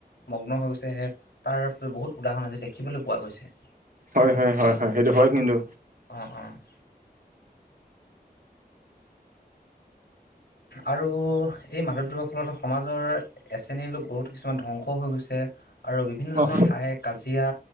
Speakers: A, on the left; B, on the right.
A: মগ্ন হৈ গৈছে, তাৰ বহুত উদাহৰণ আজি দেখিবলৈ পোৱা গৈছে।
B: হয়, হয়, হয়, হয় সেইটো হয় কিন্তু।
A: অ', অ'। আৰু এই মাদকদ্ৰৱৰ ফলত সমাজৰ এ শ্ৰেণীৰ লোক বহুত কিছুমান ধ্বংসও হৈ গৈছে, আৰু বিভিন্ন ধৰণৰ
B: অ
A: হাই কাজিয়া